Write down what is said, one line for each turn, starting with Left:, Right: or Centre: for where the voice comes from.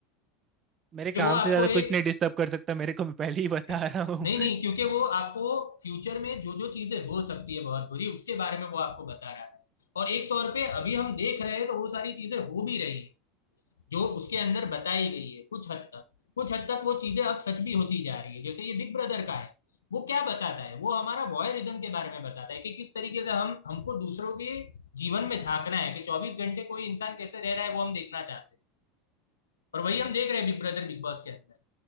Right: मेरे
Left: कि
Right: काम
Left: वो आपको
Right: से ज्यादा
Left: एक
Right: कुछ नहीं डिस्टर्ब कर सकता मेरे को मैं पहले ही बता
Left: नहीं
Right: रहा हूँ <laughs>
Left: नहीं क्योंकि वो आपको फ्यूचर में जो जो चीजें हो सकती है बहुत बुरी उसके बारे में वो आपको बता रहा है और एक तौर पे अभी हम देख रहे हैं तो वो सारी चीजें हो भी रही है जो उसके अंदर बताई गई है कुछ हद तक कुछ हद तक वो चीजें अब सच भी होती जा रही है जैसे ये बिग ब्रदर का है वो क्या बताता है वो हमारा वॉयरिज्म के बारे में बताता है कि किस तरीके से हम हमको दूसरों के जीवन में झांकना है कि चौबीस घंटे कोई इंसान कैसे रह रहा है वो हम देखना चाहते हैं और वही हम देख रहे हैं बिग ब्रदर बिग बॉस के अंदर